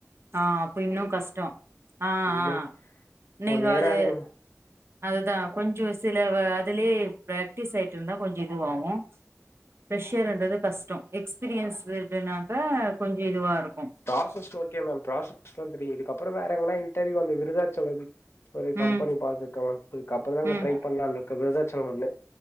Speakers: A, on the right (about 50°); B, on the left (about 50°).
A: ஆ அப்ப இன்னு கஷ்டொ ஆ ஆ
B: ம்
A: நீங்க
B: ஒன் இயர்
A: அது
B: ஆகுது
A: அதுதா கொஞ்ச சில வ அதுலே பிராக்டீஸ் ஆயிட்ருந்தா கொஞ்ச இதுவாகு பிரஷர் என்றது கஷ்டோ எக்ஸ்பீரியன்ஸ் ஃபீல்டுனாக்க கொஞ்ச இதுவாருக்
B: ப்ராசஸ் ஓகே மேம் ப்ராஸஸ்லா தெரியு இதுக்கப்பற வேற எங்கனா இன் டர்வியூ அந்த விருதாச்சலம் ஒரு கம்பெனி
A: ம்
B: பாத்துருக்கே மேம் இதுக்கு அப்பறந்தா அங்க
A: ம்
B: ட்ரை பண்லானு இருக்கு போதுதா ச்சலம் ஒன்னு